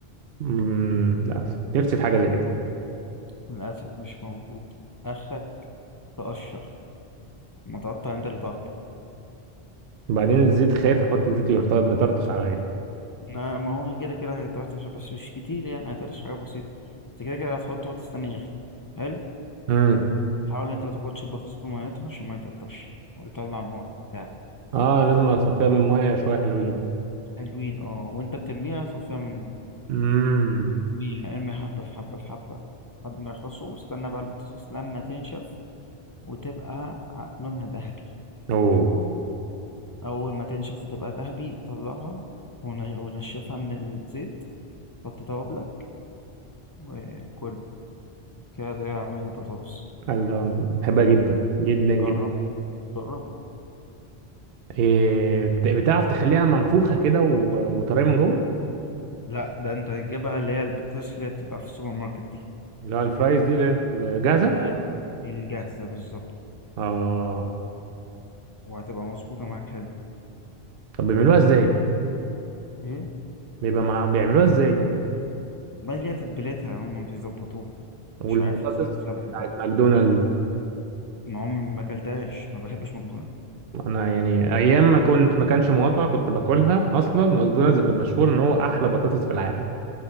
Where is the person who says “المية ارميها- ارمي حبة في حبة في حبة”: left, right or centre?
Left